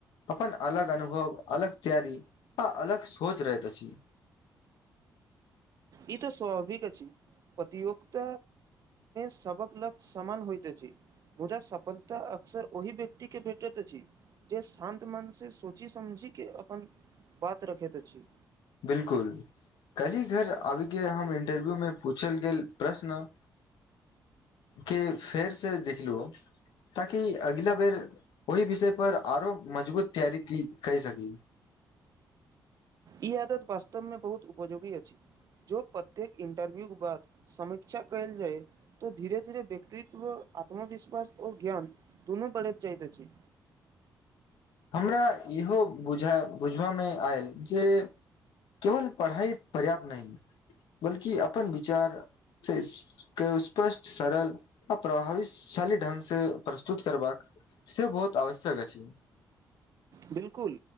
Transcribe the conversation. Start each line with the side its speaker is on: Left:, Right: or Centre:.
Left: अपन अलग अनुभव अलग तैयारी आ अलग सोच रहैत अछि।
Right: ई तऽ स्वाभाविक अछि प्रतियुक्त सबक लक समान होइत अछि मुदा सफलता अक्सर ओहि व्यक्ति के भेटैत अछि जे शान्त मन से सोचि समझी के अपन बात रखैत अछि।
Left: बिलकुल कल्हि घर आबीके हम इंटरव्यू मे पूछल गेल प्रश्न कऽ फेर से देखलो ताकि अगिला बेर ओहि विषय पर आरो मजबूत तैयारी कैए सकी
Right: ई आदत वास्तव मे बहुत उपयोगी अछि जो प्रत्येक इंटरव्यू के बाद समीक्षा कयल जायत तऽ धीरे धीरे व्यक्तित्व आत्मविश्वास ओर ज्ञान दुनू बढ़ेत जायत अछि
Left: हमरा इहो बुझाय बुझयमे आयल जे केवल पढ़ाई पर्याप्त नहि बल्कि अपन विचार सहि से के स्पष्ट सरल अप्रभावशाली ढंग से प्रस्तुत करबाक से बहुत आवश्यक अछि
Right: बिल्कुल